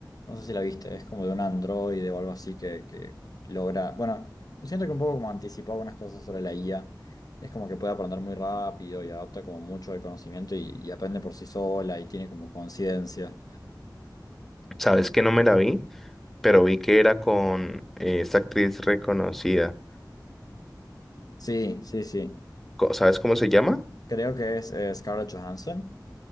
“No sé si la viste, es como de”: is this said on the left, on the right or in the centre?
Left